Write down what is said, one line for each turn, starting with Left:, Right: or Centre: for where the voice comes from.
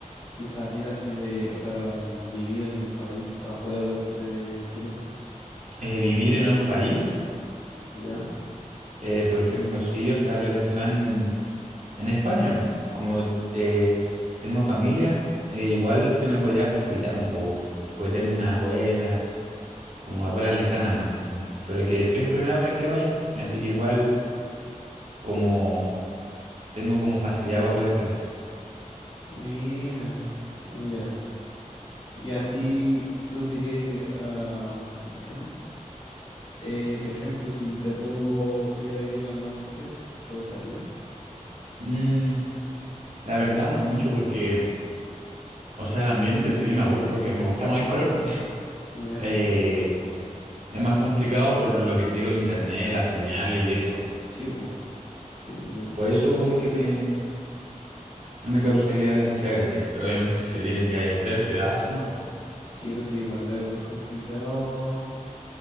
Left: Y salir así de, o sea, mm, vivir en el país afuera de eh, Chile.
Right: Eh, vivir en otro país,
Left: ¿Ya?
Right: eh, por ejemplo, sí, o sea, lo he pensado en, en España. pu. Como eh, tengo familia, eh, igual se me podría facilitar un poco. Porque tengo una abuela, como abuelas lejanas más que nada. Pero que siempre me hablan que vaya. Así que igual como tengo como facilidad para poder llegar.
Left: Mira, ya. Y así tú dirías, via- ah, ¿cómo se llama? Eh, por ejemplo, si te pongo ir a vivir al norte, ¿te gustaría?
Right: Mm, la verdad no mucho porque O sea, el ambiente sí me gusta porque a mí me gusta más el color.
Left: Ya.
Right: Eh, es más complicado por lo que te digo, el internet, las señales y eso.
Left: Sí, pues. Sí, eh,
Right: Por
Left: igual.
Right: eso
Left: complicado.
Right: como que me, no me causaría demasiada gracia. Pero obviamente si se tiene que hacer, se hace nomás, po.
Left: Sí, pues sí, igual debe ser complicado